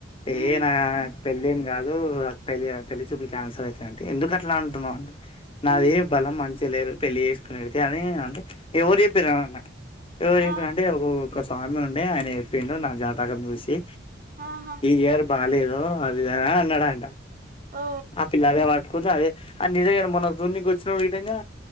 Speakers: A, on the left; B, on the right.
A: ఏ
B: ఉమ్
A: నాక్ పెళ్ళిం గాదు పెళ్లి పెళ్లి చూపులు క్యాన్సెల్ ఐతయంటె ఎందుకట్లా అంటావ్ నాది
B: ఉమ్
A: బలం మంచిగా లేదు పెళ్ళి చేస్కునేది అంటే ఎవర ఏప్పిర్రు ఎవరు జేప్పిరాంటే
B: ఆ ఆ
A: ఒక ఓక సామి ఉండే ఆయన జేప్పిడు నా జాతాకం చూషి
B: ఆహా
A: ఇయర్ బాలేదు అదిదన్న అన్నాడంట
B: ఓ
A: ఆ పిల్లదే వాట్కుంది అదే ఆ నిజంగానే మొన్న సుడ్నైక్ ఒచ్చినావ్ విధంగా